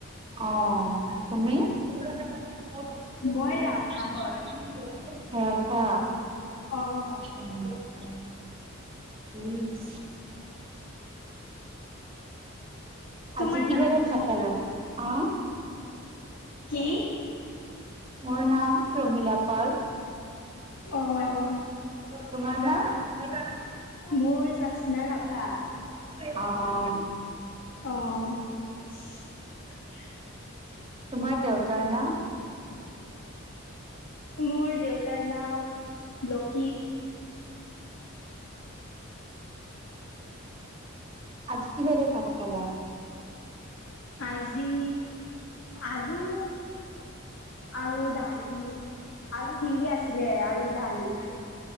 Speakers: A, on the right (about 30°); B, on the left (about 65°).
A: অ', তুমি? <inaudible> <unintelligible>
B: মই ৰাভা হয়। অ',
A: <unintelligible>
B: তোমাৰ
A: আজি কিহেৰে
B: নাম কি?
A: ভাত খালা? অ',
B: কি?
A: মোৰ নাম প্ৰমীলা পাল।
B: অ',
A: তোমাৰ নাম?
B: মোৰ জাচনা ৰাভা।
A: অ',
B: অ',
A: তোমাৰ দেউতাৰ নাম?
B: মোৰ দেউতাৰ নাম লোহিত।
A: আজি কিহেৰে ভাত খালা?
B: আজি আলু আৰু দালি আলু ভিন্ধি আছিলে আৰু দালি।